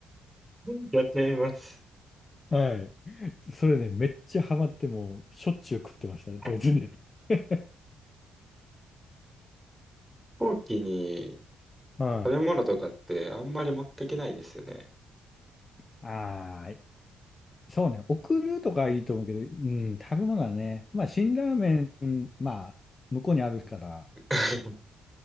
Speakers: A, in the centre; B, on the left.
A: んやってみます。
B: <laughs> はい。それね、めっちゃハマってもうしょっちゅう食ってましたね、ドイツで。
A: あ飛
B: <laughs>
A: 行機に
B: はい。
A: 食べ物とかってあんまり持っていけないですよね。
B: <laughs> はーい。そうね、送るとかいいと思うけど、うん、食べ物はね、まあ、辛ラーメン、まあ、向こうにあるから、
A: <laughs>